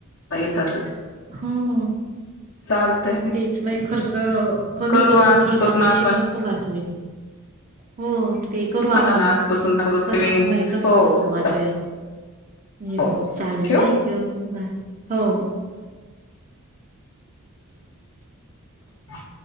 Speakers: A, on the left (about 60°); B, on the right (about 35°).
A: येतात.
B: हम्
A: चालतय
B: तेच मग खर्च कमी
A: करू
B: करून
A: आजपासून
B: थोड पैसे
A: आपण
B: कस वाचावायचे हो. ते करू
A: हो
B: आपण
A: ना आजपासून करू
B: कसं
A: सेविंग
B: म्हणजे कसं
A: हो
B: खर्च
A: हो
B: वाचवेल.
A: चाल
B: ये
A: हो
B: बरो
A: चालतंय
B: चालेल
A: ठेवू
B: थँक यू बाय हो
A: ह